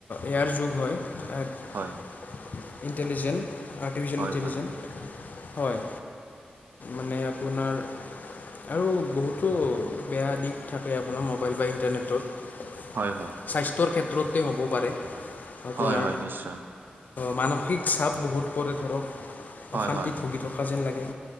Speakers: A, on the left (about 55°); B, on the right (about 65°).
A: এ আইৰ যুগ হয় এক
B: হয়
A: ইণ্টেলিজেণ্ট আৰ্টিফিচিয়েল
B: হয়
A: ইণ্টেলিজেন্ট
B: হয়
A: হয় মানে আপোনাৰ আৰু বহুতো বেয়া দিশ থাকে আপোনাৰ মোবাইল বা ইণ্টাৰনেটত
B: হয় হয়
A: স্বাস্থ্যৰ ক্ষেত্ৰতে হ'ব পাৰে। আপোনাৰ
B: হয় হয় নিশ্চয়
A: মানসিক চাপ বহুত পৰে ধৰক
B: হয়
A: অশান্তিত
B: হয়
A: ভুগি থকা যেন লাগে